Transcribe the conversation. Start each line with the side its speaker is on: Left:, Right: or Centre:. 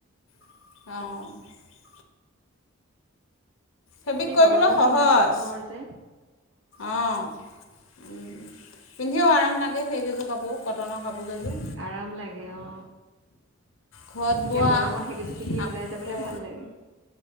Left: অহ। ফেব্ৰিক
Right: এই
Left: কৰিবলৈ
Right: গৰমত
Left: সহজ
Right: পিন্ধা কটনৰ যে
Left: অ উ পিন্ধিও আৰাম লাগে সেইকেইযোৰ কাপোৰ কটনৰ কাপোৰকেইযোৰ
Right: আৰাম লাগে অ
Left: ঘৰত
Right: এতিয়া
Left: বোৱা
Right: গৰমত সেইকেইযোৰ পিন্ধি
Left: আকৌ
Right: ওলাই যাবলে ভাল লাগে